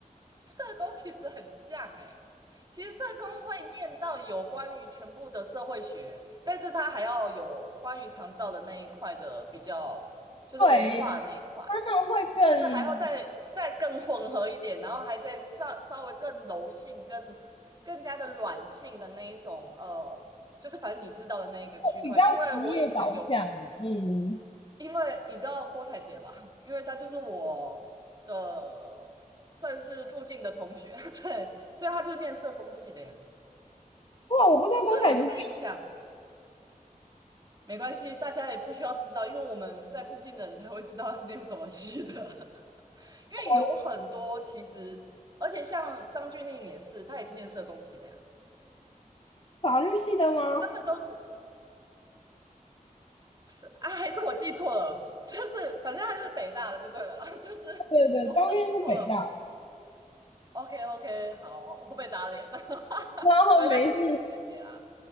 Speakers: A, on the right; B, on the left.
A: 社工其实很像哎、欸其实社工会念到有关于全部的社会学，但是他还要有关于长照的那一块的比较，就是文化那一块。
B: 对，他们会更
A: 就是还要再再更混合一点，然后还再稍稍微更柔性、更更加的软性的那一种，呃，就是反正你知道的那一个区块。
B: 比较职业导向，
A: 因为我以前有，
B: 嗯。
A: 因为你知道郭采洁吧，因为她就是我的算是附近的同学，<laughs> 对，所以她就念社工系的呀。
B: 哇，我不知道郭采洁是
A: 所以我就跟你讲，没关系，大家也不需要知道，因为我们在附近的人才会知道她是念什么系的。因为有很多其实，
B: 我
A: 而且像张峻宁也是，他也是念社工系的呀，
B: 法律系的吗？
A: 他们都是是啊，还是我记错了，就是反正他就是北大的就对了啦，<laughs> 就是
B: 对对对，
A: 我我记错了吗
B: 张院是北大的
A: ？OK OK，好，我不被打脸了，<laughs>
B: 然后没事，
A: 反正他就是我学姐啦，